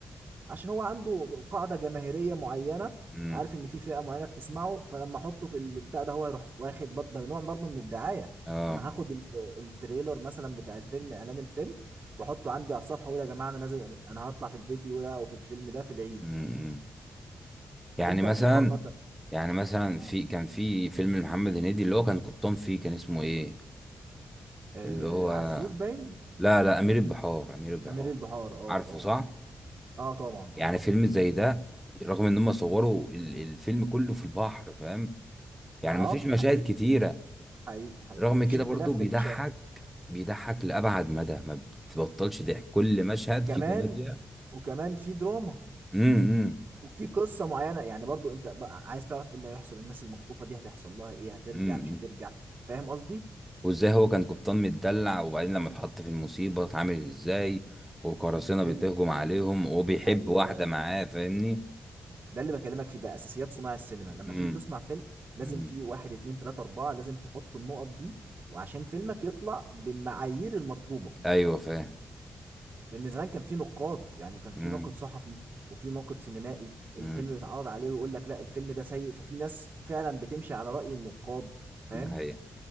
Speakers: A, on the right; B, in the centre.
A: عشان هو عنده قاعدة جماهيرية معينة
B: امم
A: عارف ان في فئة معينة بتسمعه فلما احطه في البتاع ده هو هيروح واخد بر- ده نوع برضه من الدعاية
B: اه
A: انا هاخد ال- التريلر مثلا بتاع الفيلم اعلان الفيلم واحطه عندي على الصفحة واقول يا جماعة انا نازل انا هطلع في الفيديو ده او في الفيلم ده في العيد
B: امم يعني
A: طب انت
B: مثلا
A: مقارنة
B: يعني مثلا
A: اه,
B: في كان في فيلم لمحمد هنيدي اللي هو كان قبطان فيه كان اسمه ايه
A: آه
B: اللي هو
A: عزوز باين
B: لا لا امير البحار امير البحار
A: امير البحار اه
B: عارفه
A: اه
B: صح
A: اه طبعا
B: يعني
A: اه طبعا
B: فيلم زي ده رغم ان هم صوروا ال- الفيلم كله في البحر فاهم يعني
A: اه
B: مفيش مشاهد
A: حقيقي
B: كتيرة
A: حقيقي حقيقي
B: رغم
A: مفيش
B: كده
A: اختلاف
B: برضو بيضحك
A: في المشاهد
B: بيضحك لأبعد مدى ما بتبطلش ضحك كل مشهد
A: كمان
B: فيه كوميديا
A: وكمان في دراما
B: امم امم إمم،
A: وفي قصه معينه يعني برضو انت بقى عايز تعرف ايه اللي هيحصل الناس المخطوفه دي هتحصل لها ايه هترجع
B: إمم.
A: مش هترجع فاهم قصدي
B: وازاي هو كان قبطان متدلع وبعدين لما اتحط في المصيبة اتعامل ازاي وقراصنة
A: ده
B: بتهجم
A: ال...
B: عليهم وبيحب
A: ايوه
B: واحدة معاه فاهمني
A: ده اللي بكلمك فيه بقى اساسيات صناع السينما لما
B: امم
A: تيجي تصنع فيلم لازم
B: إمم.
A: في واحد اتنين تلاته اربعه لازم تحط النقط دي وعشان فيلمك يطلع بالمعايير المطلوبه
B: ايوه فاهم
A: لان زمان كان في نقاد يعني كان في
B: إمم.
A: ناقد صحفي وفي ناقد سينمائي الفيلم
B: امم
A: بيتعرض عليه ويقول لك لا الفيلم ده سيء ففي ناس فعلا بتمشي على رأي النقاد فاهم
B: ده حقيقة